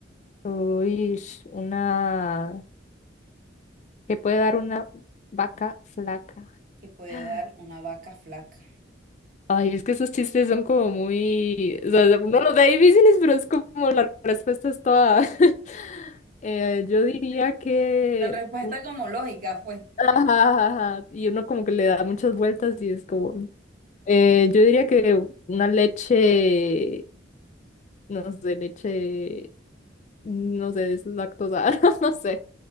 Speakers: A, on the left; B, on the right.
A: uy, una... que puede dar una vaca flaca.
B: que puede
A: <gasps>
B: dar una vaca flaca?
A: Ay, es que esos chistes son como muy, o sea, uno los da difíciles, pero es como la respuesta es toda. <laughs> Eh, yo diría que,
B: Son respuesta
A: un-
B: como lógica fue.
A: <laughs> ajá, y uno como que le da muchas vueltas y es como, eh, yo diría que una leche, no sé, leche, no sé, es lactosa, <laughs> no sé,